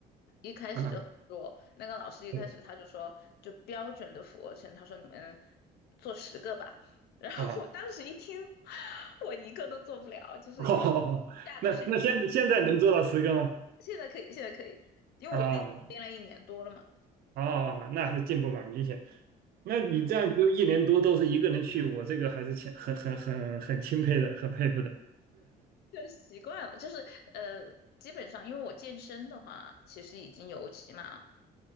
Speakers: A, on the left; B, on the right.
A: 一开始就很弱。
B: 啊，
A: 那个老师一开始他就说，
B: 对
A: 就标准的俯卧撑，他说你们做十个吧。然后我当时一听，
B: 啊，
A: <laughs> 我一个都做不了，就是
B: 哦，
A: 下得去。
B: <laughs> 那那现现在能做到十个吗？
A: 现在可以，现在可以，因为我毕竟练了一年多了嘛。
B: 啊啊，那还是进步蛮明显。那你这样就一年多都是一个人去，我这个还是挺很很很很钦佩的，很佩服的。
A: 就习惯了，就是呃，基本上因为我健身的话，其实已经有起码